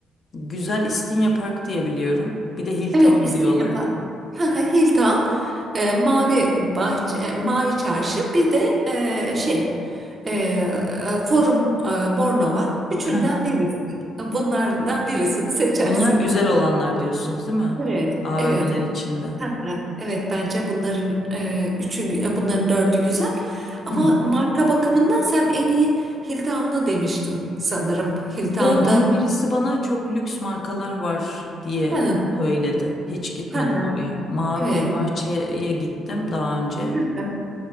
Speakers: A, on the left; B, on the right.
A: güzel İstinye Park diye biliyorum. Bir de Hilltown
B: Evet, İsteyapa,
A: diyorlar.
B: Hı Hilton, e, Mavi Bahçe, e, Mavi Çarşı, bir de e, şey, e, Forum e, Bornova. Üçünden
A: <laughs> Hı hı.
B: birisi. Bunlardan birisini seçersiniz.
A: Bunlar güzel olanlar diyorsunuz değil mi?
B: Evet,
A: AVM'ler
B: evet.
A: içinde. <laughs>
B: Hı hı, Evet, bence bunların e, üçü, e, bunların dördü güzel. Ama
A: Hı hı.
B: marka bakımından sen en iyi Hilltown'u demiştin sanırım. Hilltown'da.
A: Evet onu birisi bana çok lüks markalar var diye
B: Hı,
A: söyledi. Hiç gitmedim
B: hı, hı.
A: oraya. Mavi
B: Evet.
A: Bahçe'ye gittim daha önce.
B: Hı hı.